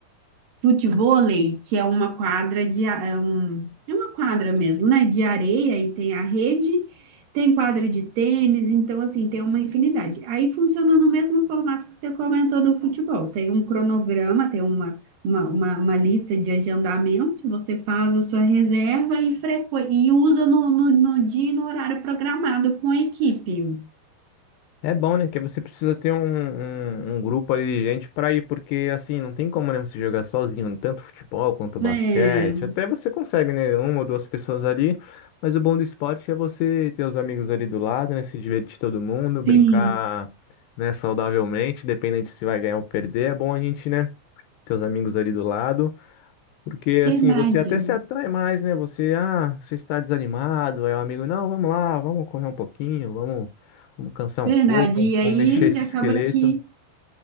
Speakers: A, on the right; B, on the left.
A: futevôlei, que é uma quadra de a- é, um, é uma quadra mesmo, né? De areia e tem a rede, tem quadra de tênis, então assim, tem uma infinidade. Aí funciona no mesmo formato que você comentou do futebol. Tem um cronograma, tem uma Uma, uma, uma lista de agendamento, você faz a sua reserva e, frequ... e usa no, no, no dia e no horário programado com a equipe.
B: É bom, né? Que você precisa ter um, um, um grupo ali de gente para ir, porque assim, não tem como né, você jogar sozinho, tanto futebol quanto basquete.
A: É,
B: Até você consegue, né? Uma ou duas pessoas ali, mas o bom do esporte é você ter os amigos ali do lado, né? Se divertir todo mundo, brincar,
A: sim,
B: né, saudavelmente, independente se vai ganhar ou perder. É bom a gente, né? Ter os amigos ali do lado. Porque
A: verdade,
B: assim, você até se atrai mais, né? Você, ah, você está desanimado, é o amigo, não, vamos lá, vamos correr um pouquinho, vamos, vamos cansar
A: verdade.
B: um pouco,
A: E aí
B: vamos mexer esse
A: acaba
B: esqueleto.
A: que